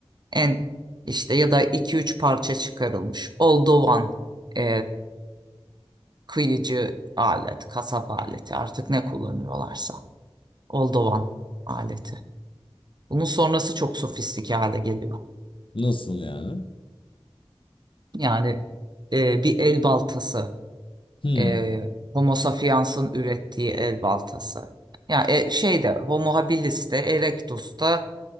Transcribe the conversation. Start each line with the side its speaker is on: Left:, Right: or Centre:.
Right: en işte ya da iki üç parça çıkarılmış oldovan e, kıyıcı alet, kasap aleti artık ne kullanıyorlarsa oldovan aleti. Bunun sonrası çok sofistike hale geliyor.
Left: Nasıl yani?
Right: Yani e, bir el baltası
Left: <laughs>
Right: e, Homo sapiens'in ürettiği el baltası. Yani e, şeyde Homo habilis de Erectus da